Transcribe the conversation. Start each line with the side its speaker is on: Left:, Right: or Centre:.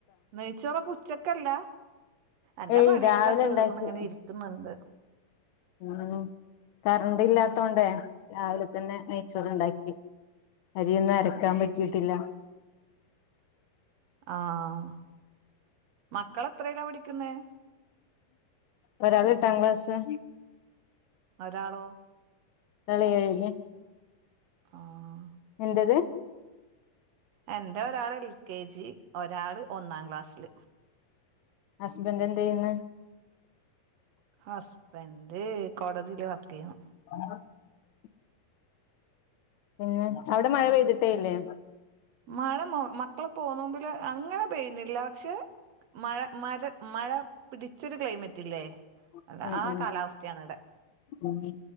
Right: നെയ്ച്ചോറപ്പോ ഉച്ചക്കല്ല എന്റെ
Left: ഏയ്
Right: പണിയെല്ല
Left: രാവിലെ
Right: തീർന്ന്ങ്ങനെ
Left: ഉണ്ടാക്കി
Right: ഇരിക്ക്‌ന്ന്ണ്ട്.
Left: ഉം കറണ്ട് ഇല്ലാത്തോണ്ടേ രാവിലെ തന്നെ നെയ്ച്ചോറ്ണ്ടാക്കി അരിയൊന്നു അരക്കാൻ പറ്റീട്ടില്ല
Right: ആഹ് മക്കൾ എത്രേല പഠിക്ക്‌ന്നേ?
Left: ഒരാള് എട്ടാംക്ലാസ്സ്‌
Right: ഒരാളോ?
Left: ഒരാൾ ഏഴ്ല്
Right: ആഹ്
Left: നിൻ്റെത്
Right: എന്റെ ഒരാള് എൽ കെ ജി ഒരാള് ഒന്നാം ക്ലാസ്സിൽ
Left: ഹസ്ബൻഡ് എന്തെയ്യ്ന്ന്?
Right: ഹസ്ബൻഡ് കോടതിയില് വർക്കെയ്യുന്നു.
Left: ആ പിന്നെ അവിടെ മഴ പെയ്തിട്ടേ ഇല്ലേ
Right: മഴ മക്കളെ പോന്നുമ്പില് അങ്ങനെ പെയ ഇല്ല പക്ഷെ മഴ മര മഴ പിടിച്ചൊരു ക്ലൈമറ്റ് ഇല്ലേ
Left: ഉം
Right: അല്ല ആ കാലാവസ്ഥയാണ് ഇവിടെ
Left: ഉം മ്